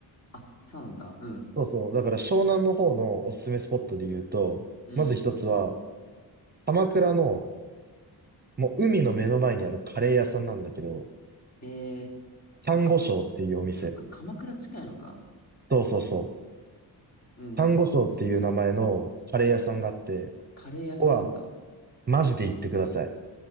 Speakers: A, on the left (about 40°); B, on the right (about 25°).
A: あ、そうなんだ。うん。
B: そうそう。だから湘南の方のおすすめスポットで言うと、
A: うん。
B: まず一つは、鎌倉の、もう海の目の前にあるカレー屋さんなんだけど、
A: ええ
B: サンゴ礁っていうお店。
A: あ、そっか、鎌倉近いのか。
B: そうそうそう。
A: うん、
B: サンゴ礁っていう名前のカレー屋さんがあって、
A: サンゴ礁ね。うん。カレー屋さんなんだ。
B: ここはマジで行ってください。